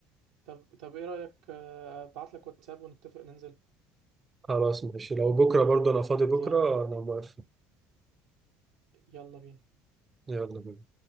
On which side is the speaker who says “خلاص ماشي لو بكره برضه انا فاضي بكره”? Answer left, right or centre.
Right